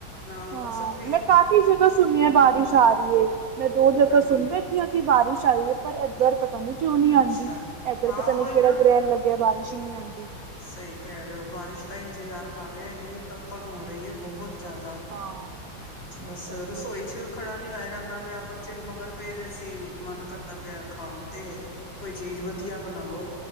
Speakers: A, on the left; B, on the right.
A: ਨਾ ਮੌਸਮ
B: ਹਾਂ
A: ਵੀ,
B: ਮੈਂ ਕਾਫ਼ੀ ਜਗ੍ਹਾ ਸੁਣਿਆ ਬਾਰਿਸ਼ ਆ ਰਹੀ ਹੈ ਮੈਂ ਦੋ ਜਗ੍ਹਾ
A: ਹਾਂਜੀ,
B: ਸੁਣ ਬੈਠ ਬਠ ਆ ਕਿ ਬਾਰਿਸ਼ ਆਈ ਹੈ ਪਰ ਏਧਰ ਪਤਾ ਨੀ ਕਿਉਂ ਨਹੀਂੀ
A: ਅੱਛਾ।
B: ਆਉਂਦੀ ਇੱਧਰ
A: ਹਾਂ
B: ਪਤਾ
A: ਉਹੀ
B: ਨੀ ਕਿਹੜਾ
A: ਨਾ,
B: ਗ੍ਰਹਿਣ ਲੱ ੱ ਬਾਰਿਸ਼ ਹੀ ਨੀ ਆਉਂਦੀ
A: ਸਹੀ ਕਹਿ ਰਹੇ ਹੋ ਬਾਰਿਸ਼ ਦਾ ਇੰਤਜ਼ਾਰ ਕਰ ਰਿਹਾ ਇੰਨੀ ਤਪਣ ਹੋ ਰਹੀ ਹੈ ਬਹੁਤ ਜ਼ਿਆਦਾ
B: ਹਾਂ
A: ਬਸ
B: ਸਹੀ
A: ਰਸੋਈ
B: ਗੱਲ ਏ
A: ਚ ਖੜਾ ਨੀ ਹੋਇਆ ਜਾਂਦਾ ਪਿਆ ਬੱਚੇ ਮਗਰ ਪੇਦੇ ਸੀ ਮਨ ਕਰਦਾ ਪਿਆ ਖਾਣ ਤੇ ਕੋਈ ਚੀਜ਼ ਵਧੀਆ ਬਣਾਓ